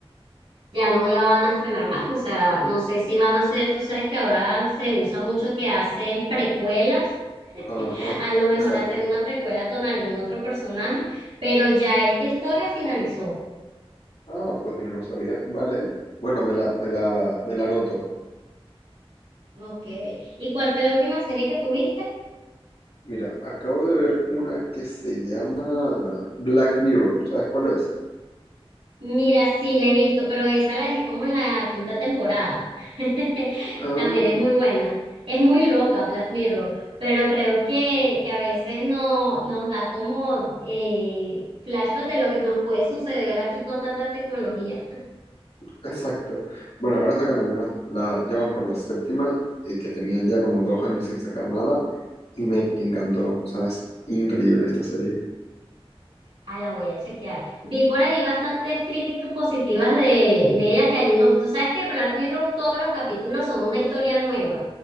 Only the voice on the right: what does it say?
ya no la van a estrenar más, o sea, no sé si van a hacer, tú sabes que ahora se usa mucho que hacen precuelas, <laughs>
a lo mejor
hacen una precuela con algún otro personaje, pero ya esta historia finalizó.
Ok, ¿y cuál fue la última serie que tuviste?
Mira, sí, la he visto, pero esa la dejé como en la quinta temporada. <laughs>
También es muy buena. Es muy loca Black Mirror, pero creo que, que a veces no, nos da como eh, flashbacks de lo que nos puede suceder aquí con tanta tecnología.
Ah, la voy a chequear. Vi por ahí bastantes críticas positivas de, de ella, que hay unos, tú sabes que Black Mirror todos los capítulos son una historia nueva.